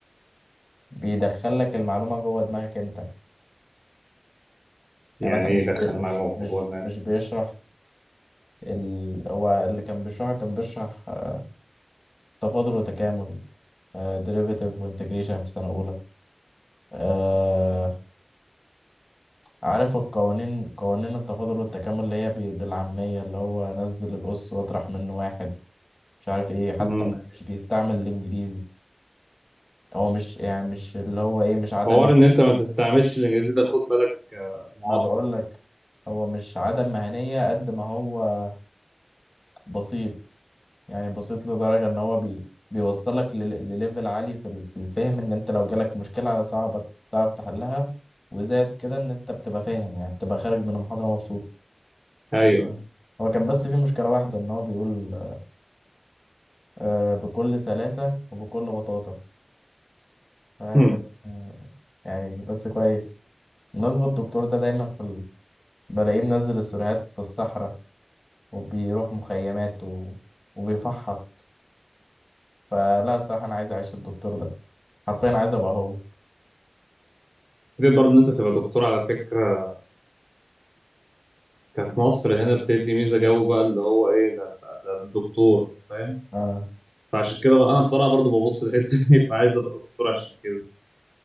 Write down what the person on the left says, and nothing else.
بيدخل لك المعلومه جوه دماغك انت
يعني مثلا
مش
بي
مش
مش
مش بيشرح ال... هو اللي كان بيشرحه كان بيشرح آه، تفاضل وتكامل ديريفيتيف وانتجريشن في سنة أولى آه عارف القوانين قوانين التفاضل والتكامل اللي هي بي- بالعامية اللي هو نزل الأس واطرح منه واحد مش عارف ايه حتى
مش بيستعمل الإنجليزي هو مش يعني مش اللي هو ايه مش عدم
مهنية
ما بقولك
هو مش عدم مهنية قد ما هو بسيط يعني بسيط لدرجة ان هو بي بيوصلك لل- لليفل عالي في ال- في الفهم ان انت لو جالك مشكلة صعبة تعرف تحلها وزاد كده ان انت بتبقى فاهم يعني بتبقى خارج من المحاضرة مبسوط
هو كان بس في مشكلة واحدة ان هو بيقول آه، بكل سلاسة وبكل بطاطا ف-
آه، يعني بس كويس بالنسبة الدكتور ده دايما في ال... بلاقيه منزل السيرفيهات في الصحراء وبيروح مخيمات و... وبيفحط فلا الصراحة أنا عايز أعيش الدكتور ده حرفيا عايز أبقى هو
آه.